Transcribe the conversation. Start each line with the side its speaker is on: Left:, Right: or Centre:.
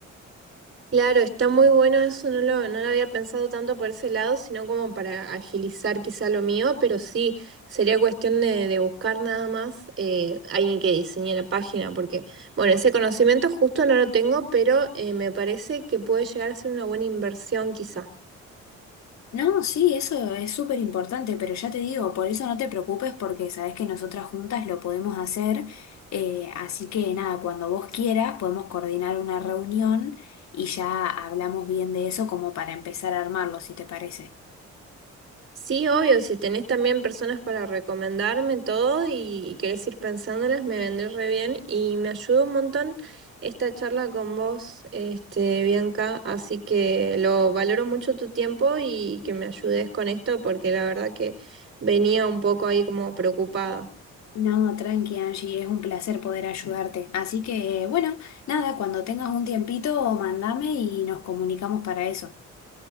Right: Claro, está muy bueno eso, no lo, no lo había pensado tanto por ese lado, sino como para agilizar quizá lo mío, pero sí, sería cuestión de, de buscar nada más eh, alguien que diseñe la página, porque, bueno, ese conocimiento justo no lo tengo, pero eh, me parece que puede llegar a ser una buena inversión quizá.
Left: No, sí, eso es súper importante, pero ya te digo, por eso no te preocupes porque sabes que nosotras juntas lo podemos hacer. eh, así que nada, cuando vos quieras podemos coordinar una reunión y ya hablamos bien de eso como para empezar a armarlo, si te parece.
Right: Sí, obvio, si tenés también personas para recomendarme todo y, y querés ir pensándolas, me vendré re bien y me ayudó un montón esta charla con vos, este, Bianca, así que lo valoro mucho tu tiempo y que me ayudes con esto porque la verdad que venía un poco ahí como preocupada.
Left: No, tranqui Angie, es un placer poder ayudarte. Así que, bueno, nada, cuando tengas un tiempito, mandame y nos comunicamos para eso.